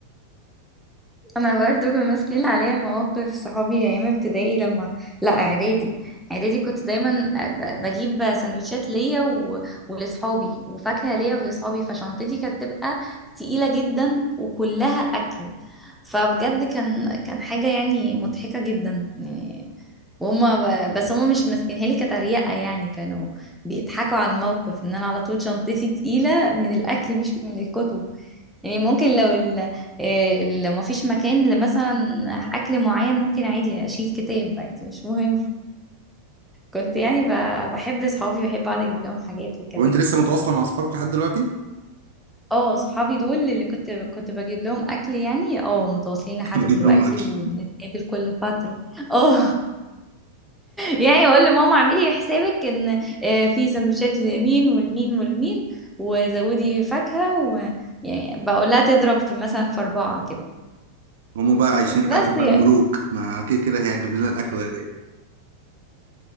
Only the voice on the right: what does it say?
وانت لسه متواصله مع اصحابك لحد دلوقتي
<laughs> بجيب
لهم اكل
هم بقى عايشين حياتهم
بقى ملوك ما كده كده هي هتجيب لنا الاكل وهي جايه